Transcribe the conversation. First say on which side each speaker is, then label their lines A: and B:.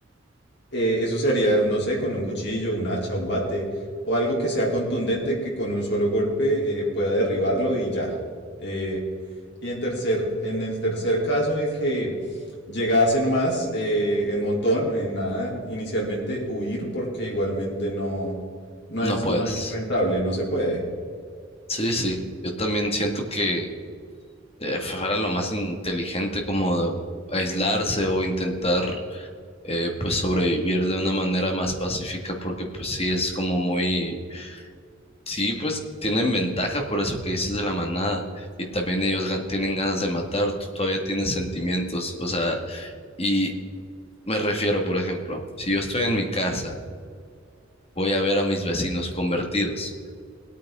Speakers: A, on the left; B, on the left.
A: Eh, eso se haría, no sé, con un cuchillo, un hacha, un bate o algo que sea contundente que con un solo golpe eh, pueda derribarlo y ya. Eh, y en tercer, en el tercer caso en el que Llega Llegasen más eh, en montón, en nada, inicialmente huir porque igualmente no, no
B: no
A: es,
B: puedes.
A: no es rentable, no se puede.
B: Sí, sí. Yo también siento que eh, fuera lo más inteligente como de aislarse o intentar eh, pues sobrevivir de una manera más pacífica porque pues sí es como muy sí pues tienen ventaja por eso que dices de la manada y también ellos gan- tienen ganas de matar tú todavía tienes sentimientos o sea y me refiero por ejemplo si yo estoy en mi casa voy a ver a mis vecinos convertidos